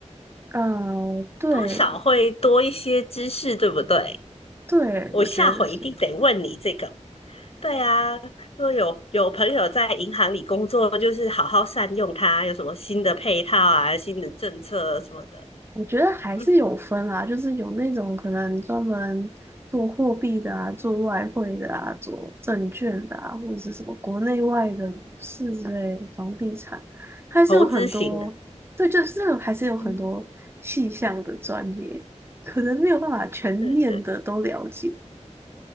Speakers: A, on the right; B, on the left.
A: 嗯、对
B: 多少会多一些知识，对不对？
A: 对，
B: 我下回一定得问你这个。
A: 我觉得是，
B: 对啊，如果有有朋友在银行里工作，就是好好善用它，有什么新的配套啊、新的政策什么的，
A: 我觉得还是有分啊，
B: 嗯，
A: 就是有那种可能专门做货币的啊，做外汇的啊，做证券的啊，或者是什么国内外的股市之类，房地产，还是有很多，
B: 投资型的，
A: 对，就是这个还是有很多细项的专业，
B: 嗯，
A: 可能没有办法全面的都了解。
B: 对对